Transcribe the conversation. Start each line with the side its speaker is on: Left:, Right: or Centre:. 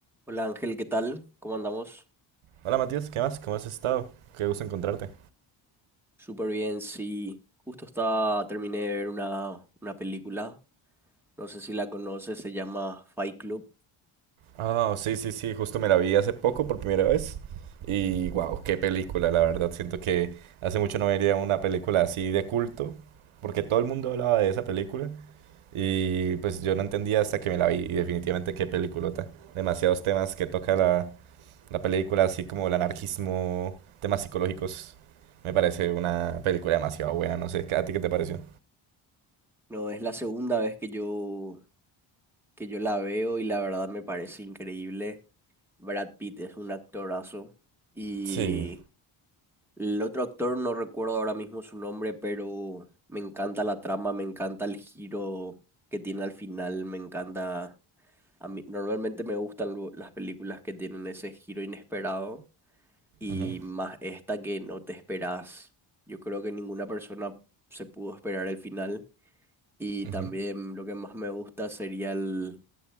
Centre: Hola Ángel, ¿qué tal? ¿Cómo andamos?
Right: Hola Matías, ¿qué más? ¿Cómo has estado? Qué gusto encontrarte.
Centre: Súper bien, sí. Justo estaba, terminé de ver una, una película, no sé si la conoces, se llama Fight Club.
Right: Ah, sí, sí, sí, justo me la vi hace poco por primera vez. Y wow, qué película, la verdad. Siento que hace mucho no veía una película así de culto, porque todo el mundo hablaba de esa película. Y pues yo no entendía hasta que me la vi. Y definitivamente qué peliculota. Demasiados temas que toca la, la película, así como el anarquismo, temas psicológicos. Me parece una película demasiado buena, no sé. ¿A ti qué te pareció?
Centre: No, es la segunda vez que yo, que yo la veo y la verdad me parece increíble. Brad Pitt es un actorazo y
Right: Sí.
Centre: el otro actor no recuerdo ahora mismo su nombre, pero me encanta la trama, me encanta el giro que tiene al final, me encanta A mí normalmente me gustan lo- las películas que tienen ese giro inesperado y
Right: Ujú,
Centre: más esta que no te esperas. Yo creo que ninguna persona se pudo esperar el final y
Right: ujú.
Centre: también lo que más me gusta sería el-